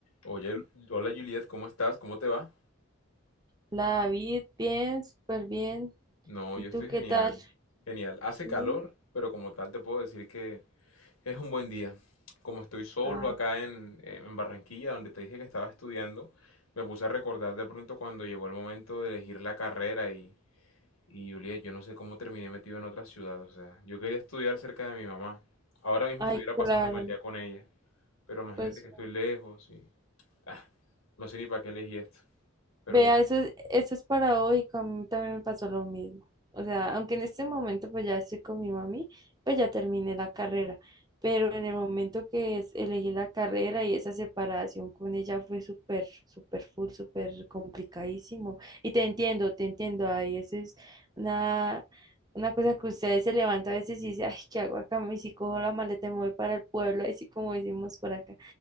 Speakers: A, on the left; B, on the right.
A: Oye, hola Juliet, ¿cómo estás? ¿Cómo te va?
B: Hola David, bien, súper bien.
A: No,
B: ¿Y
A: yo
B: tú
A: estoy
B: qué
A: genial.
B: tal?
A: Genial. Hace
B: Sí.
A: calor, pero como tal te puedo decir que es un buen día. Como estoy solo
B: Ah,
A: acá en, en Barranquilla, donde te dije que estaba estudiando, me puse a recordar de pronto cuando llegó el momento de elegir la carrera y, y Juliet, yo no sé cómo terminé metido en otra ciudad. O sea, yo quería estudiar cerca de mi mamá. Ahora mismo
B: ay,
A: estuviera pasándome
B: claro.
A: el día con ella, pero imagínate
B: Pues
A: que estoy lejos y ah, no sé ni para qué elegí esto. Pero
B: Vea,
A: bueno.
B: eso es, eso es paradójico, a mí también me pasó lo mismo. O sea, aunque en este momento pues ya estoy con mi mami, pues ya terminé la carrera, pero en el momento que es- elegí la carrera y esa separación con ella fue súper, súper full, súper complicadísimo. Y te entiendo, te entiendo, ahí eso es una, una cosa que ustedes se levantan a veces y dicen, ay, ¿qué hago acá? y si cojo la maleta y me voy para el pueblo, así como decimos por acá,